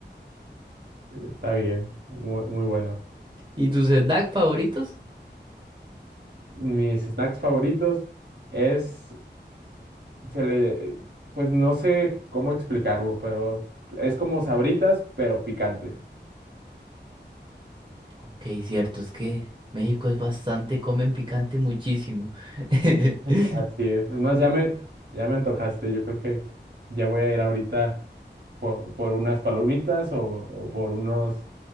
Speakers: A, on the right; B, on the right.
A: está bien, muy, muy bueno.
B: ¿Y tus snacks favoritos?
A: Mis snacks favoritos es, se le, pues no sé cómo explicarlo, pero es como Sabritas, pero picante. <laughs>
B: Ok, cierto, es que México es bastante, comen picante muchísimo. <laughs>
A: Eh, Así es. Es más, ya me, ya me antojaste. Yo creo que ya voy a ir ahorita por, por unas palomitas o, o por unos,